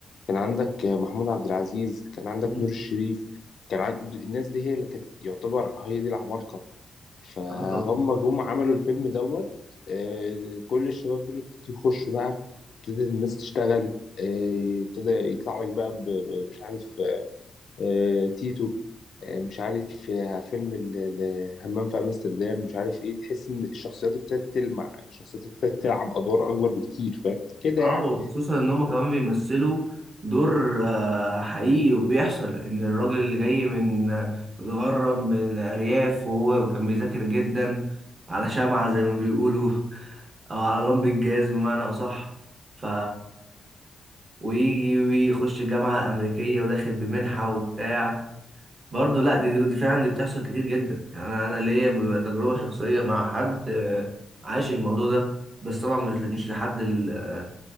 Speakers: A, on the left; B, on the right.
A: كان عندك محمود عبد العزيز كان عندك
B: مم.
A: نور الشريف كان عند الناس دي هي اللي كانت يعتبر هي دي العمالقة فهم
B: اه طبعا
A: جم عملوا الفيلم دوت آه، كل الشباب دول ابتدوا يخشوا بقى ابتدت الناس تشتغل آه، ابتدى يطلع لك بقى ب- ب- مش عارف آه، تيتو آه، مش عارف آه، فيلم ال- ال- همام في امستردام مش عارف ايه تحس ان الشخصيات ابتدت تلمع الشخصيات ابتدت تلعب ادوار اكبر بكتير فاهم كده
B: اه
A: يعني
B: وخصوصا ان هم كمان بيمثلوا دور آه، حقيقي وبيحصل ان الراجل اللي جاي من متغرب من الارياف وهو كان بيذاكر جدا على شمعة زي ما بيقولوا او على لمب الجاز بمعنى اصح ف ويجي ويخش جامعه امريكيه وداخل بمنحه وبتاع برضه لا دي دي فعلا دي بتحصل كتير جدا يعني انا أنا ليا تجربه شخصيه مع حد آه، عايش الموضوع ده بس طبعا مش مش لحد ال- آه،